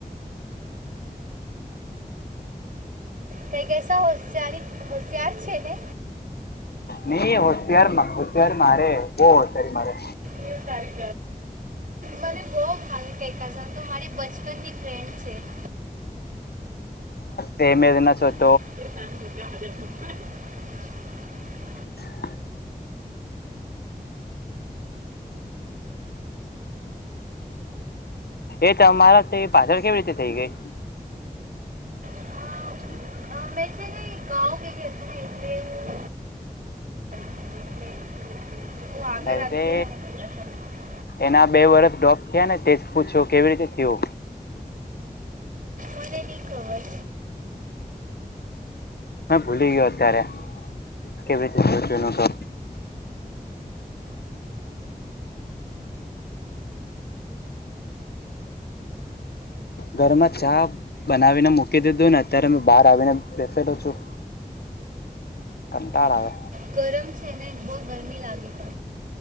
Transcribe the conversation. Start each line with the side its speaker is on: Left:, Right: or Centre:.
Right: તઈ કસા હોશિયારી હોશિયાર છે ને
Left: નહી હોશિયાર હોશિયાર મારે બો હોશિયારી મારે.
Right: એ તારી મને બહ ભાવી કેતા સા તો મારી બચપનની ફ્રેન્ડ છે. <inaudible>
Left: એના ચો
Right: <inaudible>
Left: <inaudible> એ તો અમારા તે પાછળ કેવી રીતે થઈ ગઈ.
Right: અ,
Left: <inaudible>
Right: અ, મેં છે ને હું કેવી અસને એટલે દીધું એટલે હું આગળ
Left: અરે
Right: આવી ગયા ને કૈકા સાવ
Left: એના બે વરસ ડ્રોપ થયા ને તેજ પૂછો કેવી રીતે થયું.
Right: મને નહીં ખબર
Left: હ ભૂલી ગયો અત્યારે કેવી રીતે જો તો. ઘરમાં ચા બનાવીને મૂકી દીધું ને અત્યારે મે બહાર આવીને બેસેલો છું કંટાળ આવે.
Right: ગરમ છે ને. બઉ ગરમી લાગી ત.